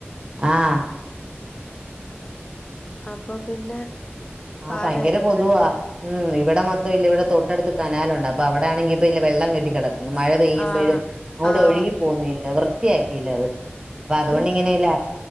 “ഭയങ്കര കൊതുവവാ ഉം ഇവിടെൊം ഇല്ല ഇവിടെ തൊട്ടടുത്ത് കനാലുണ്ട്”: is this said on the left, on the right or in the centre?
Right